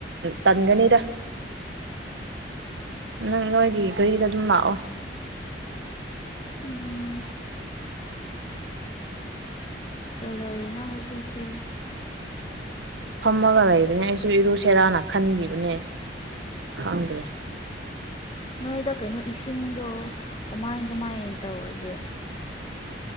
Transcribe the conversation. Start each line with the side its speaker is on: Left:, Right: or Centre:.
Right: ꯇꯟꯒꯅꯤꯗ ꯅꯪ ꯅꯣꯏꯒꯤ ꯒꯥꯔꯤꯗ ꯑꯗꯨꯝ ꯂꯥꯛꯑꯣ
Left: ꯎꯝ ꯀꯩꯗꯧꯔꯤꯅꯣ ꯍꯧꯖꯤꯛꯇꯤ
Right: ꯐꯝꯃꯒ ꯂꯩꯕꯅꯦ ꯑꯩꯁꯨ ꯏꯔꯨꯁꯦꯔꯥꯅ ꯈꯟꯒꯤꯕꯅꯦ ꯈꯪꯗꯦ
Left: ꯅꯣꯏꯗ ꯀꯩꯅꯣ ꯏꯁꯤꯡꯗꯣ ꯀꯃꯥꯏ ꯀꯃꯥꯏ ꯇꯧꯔꯒꯦ